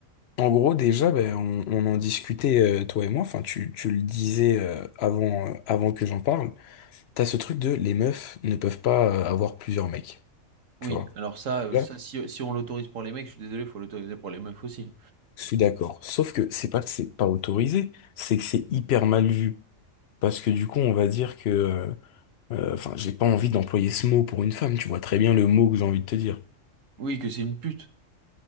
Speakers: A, on the left (about 60°); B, on the right (about 75°).
A: en gros, déjà, ben, on, on en discutait, euh, toi et moi, enfin, tu, tu le disais euh, avant, euh, avant que j'en parle. T'as ce truc de les meufs ne peuvent pas euh, avoir plusieurs mecs,
B: Oui,
A: tu vois.
B: alors ça, euh,
A: Là,
B: ça si, si on l'autorise pour les mecs, je suis désolé, faut l'autoriser pour les meufs aussi.
A: je suis d'accord. Sauf que c'est pas que c'est pas autorisé, c'est que c'est hyper mal vu. Parce que du coup, on va dire que... euh, euh, Enfin, j'ai pas envie d'employer ce mot pour une femme, tu vois très bien le mot que j'ai envie de te dire.
B: Oui, que c'est une pute.